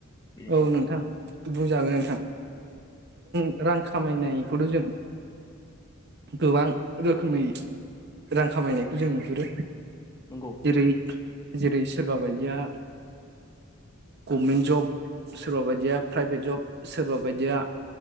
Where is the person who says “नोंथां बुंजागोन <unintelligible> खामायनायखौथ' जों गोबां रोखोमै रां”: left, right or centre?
Right